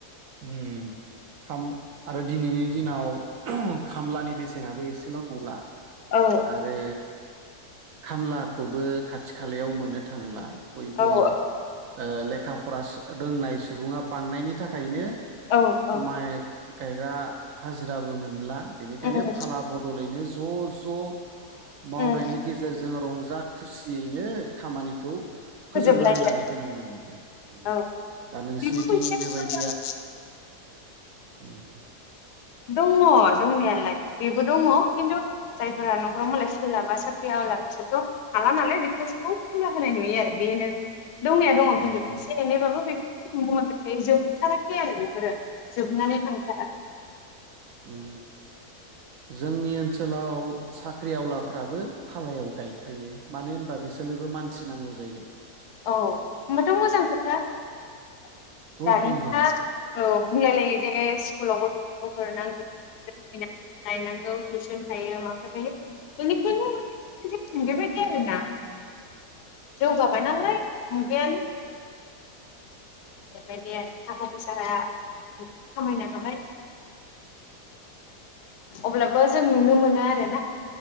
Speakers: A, on the right (about 70°); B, on the left (about 80°).
A: उम खाम आरो दिन नैनि दिनाव खामलानि बेसेनाबो एसेल' नंला
B: औ
A: आरो खामलाखौबो खाथि खालायाव मोननो थांला बयबो
B: औ
A: ओ लेखा फरासो रोंनाय सुबुङा बांनायनि थाखायनो
B: औ औ
A: माइ गायग्रा हाजो राबो मोनला बेनिखायनो
B: उम
A: फाला बदलैनो ज' ज' मावनायनि
B: उम
A: गेजेरजों रंजा खुसियैनो खामानिखौ फोजोबनानै
B: फोजोबलायो
A: लानायखौ नुनो मोनो। उम
B: औ
A: दा नोंसिनिथिं
B: बेबो
A: बेबायदि
B: <unintelligible>
A: उम
B: दङ दंनायालाय बेबो दङ खिन्थु जायफोरा न'खराव मालाय सोलाबा साख्रिया आवला बिसोरथ' हाला नालाय बेसोखौ खुला होनाय नुयो आरो बेनो दंनायया दङ
A: उम
B: खिन्थु एसे एनैबाबो बे <unintelligible> जोबथाराखै आरो बेफोरो जोबनानै थांथाराखै
A: उम जोंनि ओनसोलाव साख्रि आवलाफ्राबो फालायाव गायफायो मानो होनबा बिसोरनोबो मानसि नांगौ जायो।
B: औ होमबाथ' मोजां खोथा <unintelligible>
A: बहुद मोजां
B: औ बुंलाय लायो जे स्कुलाव गथ'फोरखौ हरनांगोन <unintelligible> लायनांगौ टिउसन थायो माबा थायो बेनिखायनो <unintelligible> बायदि आरोना जौगाबाय नालाय मुगायानो बेबायदि थाखा फैसा खामायनो हाबाय अब्लाबो जों नुनो मोनो आरोना